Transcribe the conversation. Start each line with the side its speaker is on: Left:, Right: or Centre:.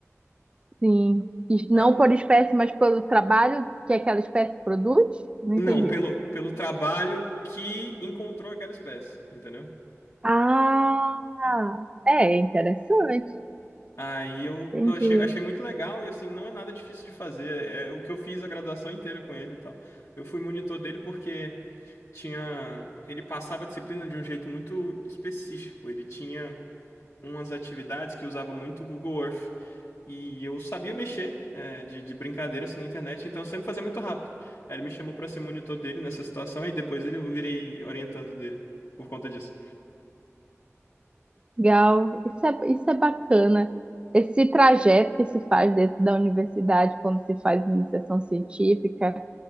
Right: sim. E
Left: Ah,
Right: Não por espécie, mas pelo trabalho que aquela espécie produz? Não
Left: não,
Right: entendi.
Left: pelo, pelo trabalho que encontrou aquela espécie, entendeu?
Right: Ah, é interessante.
Left: Aí eu,
Right: Entendi.
Left: eu achei, achei muito legal e assim, não é nada difícil de fazer. É é o que eu fiz a graduação inteira com ele e tal. Eu fui monitor dele porque tinha. Ele passava a disciplina de um jeito muito específico. Ele tinha umas atividades que usava muito o Google Earth. E eu sabia mexer, é, de, de brincadeira assim na internet, então eu sempre fazia muito rápido. Aí ele me chamou pra ser monitor dele nessa situação, aí depois ele, eu virei orientando dele por conta disso.
Right: Legal. Isso é, isso é bacana. Esse trajeto que se faz dentro da universidade quando se faz iniciação científica.